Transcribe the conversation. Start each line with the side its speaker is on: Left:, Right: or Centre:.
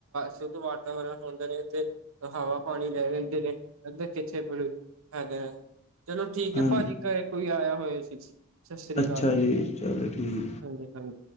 Right: ਸ਼ੁੱਧ ਵਾਤਾਵਰਨ ਹੁੰਦਾ ਨੇ ਤੇ ਹਵਾ ਪਾਣੀ ਲੈ ਲੈਂਦੇ ਨੇ ਅੱਧ ਕਿੱਥੇ ਹਾਂ ਚਲੋ ਠੀਕ
Left: ਹਾਂ
Right: ਹੈ ਭਾਜੀ ਘਰੇ ਕੋਈ ਆਇਆ ਹੋਇਆ ਸੀ। ਸਤਿ ਸ੍ਰੀ
Left: ਅੱਛਾ
Right: ਅਕਾਲ ਜੀ
Left: ਚਲੋ ਠੀਕ।
Right: ਹਾਂਜੀ ਹਾਂਜੀ।